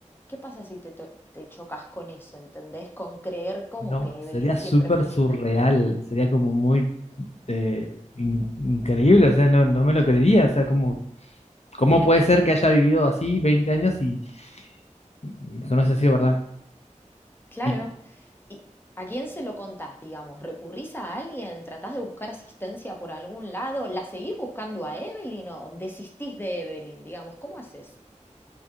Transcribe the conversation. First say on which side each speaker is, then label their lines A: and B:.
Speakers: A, on the left; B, on the left.
A: ¿Qué pasa si te, to- te chocas con eso? ¿Entendés? Con creer como
B: no,
A: que
B: sería
A: Evelyn siempre
B: súper
A: fue
B: surreal,
A: un invento.
B: sería como muy este, in- increíble, o sea, no, no me lo creería, o sea, ¿cómo, cómo puede ser que haya vivido así 20 años y, y que no haya sido verdad?
A: Claro.
B: Y,
A: ¿Y a quién se lo contás, digamos? ¿Recurrís a alguien? ¿Tratás de buscar asistencia por algún lado? ¿La seguís buscando a Evelyn o desistís de Evelyn, digamos? ¿Cómo haces?